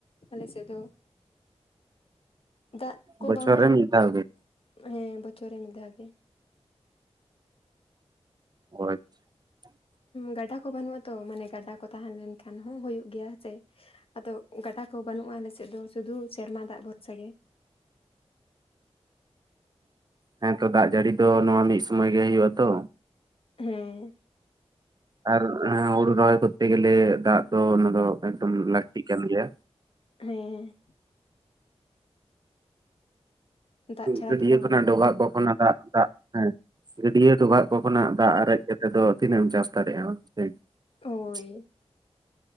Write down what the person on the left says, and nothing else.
ᱟᱞᱮ ᱥᱮᱫ ᱫᱚ ᱫᱟᱜ ᱠᱚ
ᱵᱟᱝ ᱦᱩᱭᱩᱜ
ᱦᱮᱸ ᱵᱚᱪᱷᱚᱨ ᱨᱮ ᱢᱤᱫ ᱫᱷᱟᱣ ᱜᱮ
ᱜᱟᱰᱟ ᱠᱚ ᱵᱟᱹᱱᱩᱜ ᱟᱛᱚ ᱢᱟᱱᱮ ᱜᱟᱰᱟ ᱠᱚ ᱛᱟᱦᱮᱸ ᱞᱮᱱ ᱠᱷᱟᱱ ᱦᱚᱸ ᱦᱩᱭᱩᱜ ᱜᱮᱭᱟᱸ ᱦᱮᱪᱮ ᱟᱫᱚ ᱜᱟᱰᱟ ᱠᱚ ᱵᱟᱹᱱᱩᱜᱼᱟ ᱟᱞᱮᱥᱮᱫ ᱫᱚ ᱥᱩᱫᱷᱩ ᱥᱮᱨᱢᱟ ᱫᱟᱜ ᱵᱷᱚᱨᱥᱟ ᱜᱮ
ᱦᱮᱸ
ᱦᱮᱸ ᱫᱟᱜ ᱪᱷᱟᱲᱟ
ᱜᱮ ᱵᱟᱝ
ᱦᱩᱭᱩᱜᱼᱟ
ᱦᱳᱭ